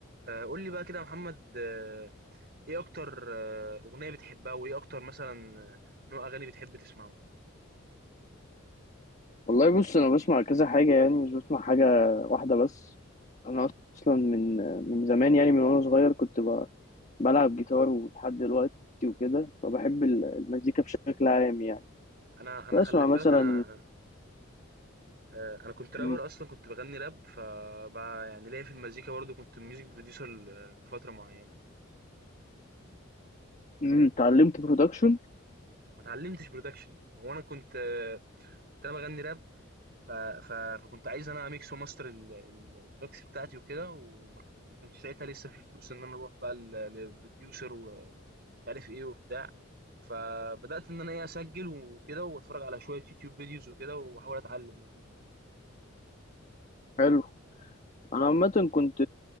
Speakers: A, on the right; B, on the left.
A: آه، قول لي بقى كده يا محمد آه، ايه اكتر آه، اغنيه بتحبها وايه اكتر مثلا آه، نوع اغاني بتحب تسمعه
B: والله بص انا بسمع كذا حاجه يعني مش بسمع حاجه واحده بس انا اصلا من من زمان يعني من وانا صغير كنت ب- بلعب جيتار ولحد دلوقتي وكده فبحب ال- المزيكا بشكل عام يعني
A: انا انا
B: بسمع
A: خلي بالك
B: مثلا
A: انا آه، انا كنت رابر
B: م-
A: اصلا كنت بغني راب فبقى يعني ليا في المزيكا برضو كنت ميوزك بروديوسر ل- لفتره معينه
B: م- اتعلمت برودكشن
A: ما اتعلمتش برودكشن هو انا كنت آه، كنت انا بغني راب ف... ف... فكنت عايز انا اميكس وماستر ال... ال- التراكس بتاعتي وكده وما ك- ما كانش ساعتها لسه في فلوس ان انا اروح بقى ل- لبروديوسر ومش عارف ايه وبتاع فبدات ان انا ايه اسجل وكده واتفرج على شويه يوتيوب فيديوز وكده واحاول اتعلم يعني
B: حلو انا عامه كنت